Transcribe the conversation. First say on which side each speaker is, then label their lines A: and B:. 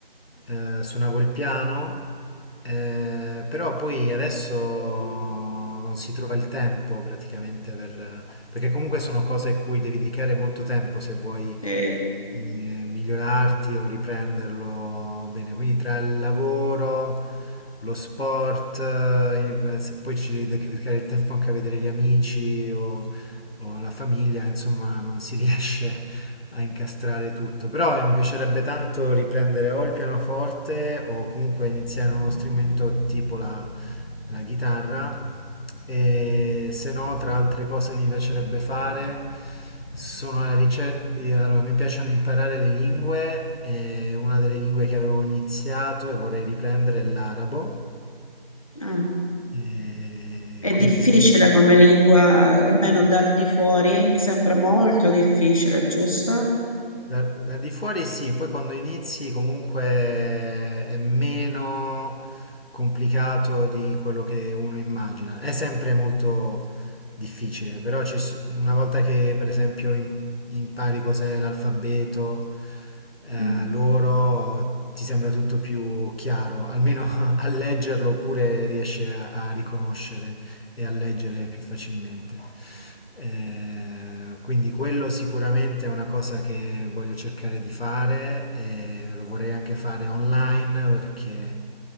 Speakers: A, on the left; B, on the left.
A: eh, suonavo il piano, eh, però poi adesso non si trova il tempo praticamente per... perché comunque sono cose a cui devi dedicare molto tempo se vuoi
B: Eh,
A: eh, migliorarti o riprenderlo bene. Quindi tra il lavoro, lo sport, eh, se- poi ci devi dedicare il tempo anche a vedere gli amici o o la famiglia, insomma, non si <laughs> riesce a incastrare tutto. Però mi piacerebbe tanto riprendere o il pianoforte o comunque iniziare un nuovo strumento tipo la, la chitarra. E se no, tra altre cose che mi piacerebbe fare sono la ricerca. Allora, mi piacciono imparare le lingue. E una delle lingue che avevo iniziato e vorrei riprendere è l'arabo.
B: ah,
A: E
B: è
A: quindi
B: difficile
A: questo.
B: come lingua, almeno dal di fuori, mi sembra molto difficile, giusto?
A: Da, da di fuori sì, poi quando inizi comunque è meno complicato di quello che uno immagina. È sempre molto difficile, però ci s- una volta che per esempio im- impari cos'è l'alfabeto, eh,
B: Mm,
A: loro ti sembra tutto più chiaro, almeno <laughs> a leggerlo oppure riesci a, a riconoscere e a leggere più facilmente. Eh, quindi quello sicuramente è una cosa che voglio cercare di fare e lo vorrei anche fare online perché